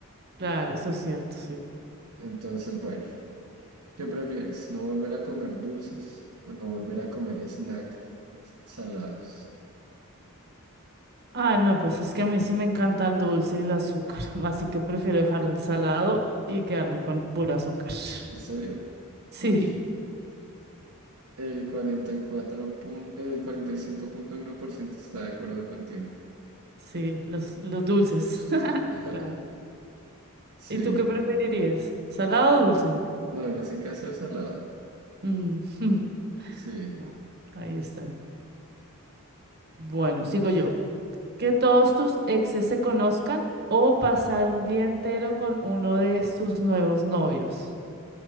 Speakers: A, on the right (about 45°); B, on the right (about 75°).
A: Claro, eso es cierto, sí.
B: Entonces, bueno, ¿qué prefieres? ¿No volver a comer dulces o no volver a comer snacks salados?
A: Ah, no, pues es que a mí sí me encanta el dulce y el azúcar, <laughs> así que prefiero dejar el salado y quedarme con puro azúcar. <laughs>
B: ¿En serio?
A: Sí,
B: Uy. El 44 pun- el 45.1% está de acuerdo contigo.
A: sí, los, los dulces, <laughs>
B: <laughs>
A: claro.
B: Sí.
A: ¿Y tú qué preferirías? ¿Salado o dulce?
B: No, en ese caso es salado.
A: Mm, <laughs>
B: Sí,
A: Bueno, ahí están. Bueno,
B: listo.
A: sigo yo. que todos tus exes se conozcan o pasar un día entero con uno de sus nuevos novios.